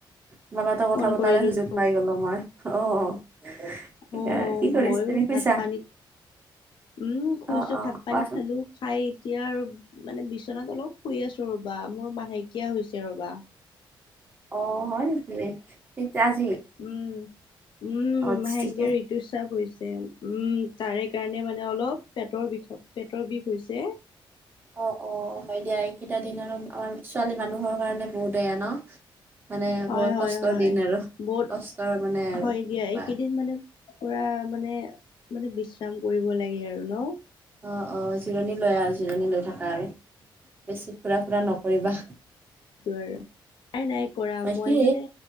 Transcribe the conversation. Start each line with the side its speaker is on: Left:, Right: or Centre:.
Right: তোমাৰ লগতো কথা
Left: ফোন
Right: পতাৰে
Left: কৰিলো
Right: সুযোগ
Left: ন
Right: পাই গ'লোঁ মই। অ' <unintelligible>
Left: অ
Right: কি কৰিছ
Left: মইও
Right: তুমি
Left: ভাত
Right: শুইছা
Left: পানী উম, শুইছো
Right: অ অ
Left: ভাত পানী
Right: কোৱাচোন
Left: খালো খাই এতিয়া আৰু মানে বিচনাত অলপ শুই আছো ৰ'বা। মোৰ মাহেকীয়া হৈছে ৰ'বা।
Right: অ' হয় নেকি? কেতিয়া, আজি?
Left: উম, উম
Right: অ
Left: মাহেকীয়া
Right: ঠিকে
Left: ঋতুস্ৰাৱ হৈছে উম, তাৰে সেইকাৰণে মানে অলপ পেটৰ বিষ পেটৰ বিষ হৈছে।
Right: অ' অ' হয় দিয়া। এইকিটা দিন আৰু আমাৰ ছোৱালী মানুহৰ কাৰণে বহুত বেয়া ন। মানে
Left: হয়
Right: বহুত
Left: হয়
Right: কষ্টৰ
Left: হয়
Right: দিন আৰু
Left: বহুত
Right: কষ্টৰ মানে
Left: হয়
Right: বা
Left: <unintelligible> মানে পুৰা মানে, মানে বিশ্ৰাম কৰিব লাগে আৰু ন?
Right: অ অ জিৰণি লৈ আৰু জিৰণি লৈ থাকা আৰু বেছি ফুৰা - ফুৰা নকৰিবা।
Left: টোৰ আৰু নাই কৰা
Right: বাকী
Left: মই মানে